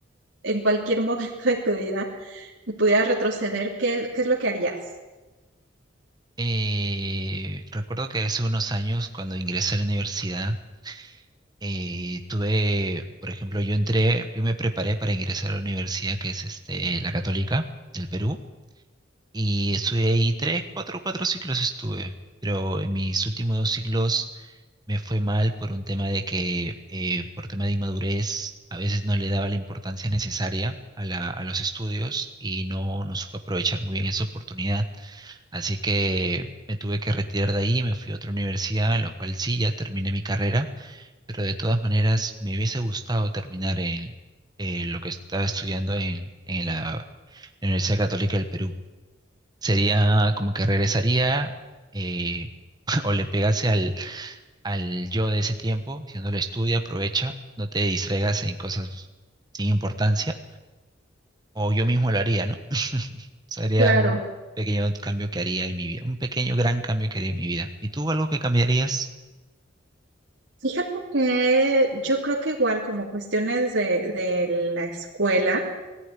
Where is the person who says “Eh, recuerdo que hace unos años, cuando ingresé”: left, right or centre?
Right